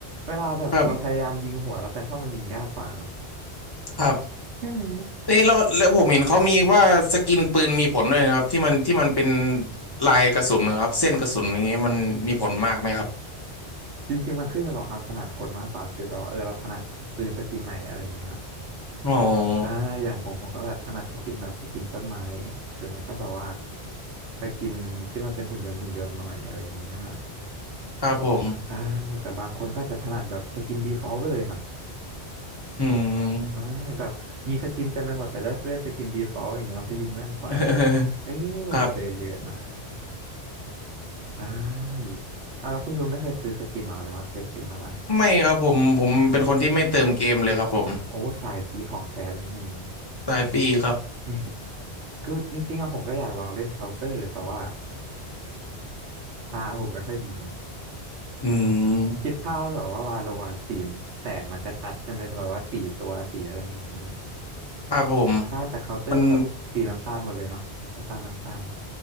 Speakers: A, on the right (about 80°); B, on the left (about 25°).
A: เวลาแบบเราพยายามยิงหัวแล้วแฟนทอมมันยิงยากกว่าเนาะ
B: ครับครับ
A: ใช่ไหม
B: เอ้ยแล้วแล้วผมเห็นเขามีว่าสกินปืนมีผลด้วยนะครับที่มันที่มันเป็นลายกระสุนนะครับเส้นกระสุนอย่างเงี้ยมันมีผลมากไหมครับ
A: จริงๆมันขึ้นอยู่กับความถนัดคนมากกว่าคือแบบว่าเออเราถนัดปืนสกินไหนอะไรเงี้ย
B: อ๋อ
A: ใช่อย่างผมผมก็แบบถนัดสกินแบบสกินต้นไม้หรือไม่ก็แบบว่าสกินที่มันเป็นหุ่นยนต์หุ่นยนต์หน่อยอะไรอย่างเงี้ย
B: ครับผม
A: ใช่ แต่บางคนก็จะถนัดแบบสกินดีฟอลต์ไปเลยนะ
B: อืม
A: ใช่แบบมีสกินเต็มไปหมด แต่เลือกเล่นสกินดีฟอลต์อย่างเงี้ยเพราะยิงแม่นกว่า
B: <laughs>
A: เออผมเจอเยอะนะ
B: ครับ
A: ใช่อ่ะแล้วคุณยูไม่เคยซื้อสกินหรอหรือว่าเคยซื้อมาบ้าง
B: ไม่ครับผมผมเป็นคนที่ไม่เติมเกมเลยครับผม
A: อืมโอ้สายฟรีของแท้เลยนะเนี่ยอย่างงี้
B: รายปีครับ
A: แหม่คือจริงๆอะผมก็อยากลองเล่นเคาน์เตอร์แต่ว่าตาผมไม่ค่อยดี
B: อืม
A: คิดภาพแบบว่าวาโลอะสีแสงมันจะชัดใช่ไหมแบบว่าสีตัวสีอะไรอย่างเงี้ย
B: ครับผม
A: ถ้าแต่เคาน์เตอร์มันแบบสีน้ำตาลหมดเลยเนาะน้ำตาลน้ำตาล
B: มัน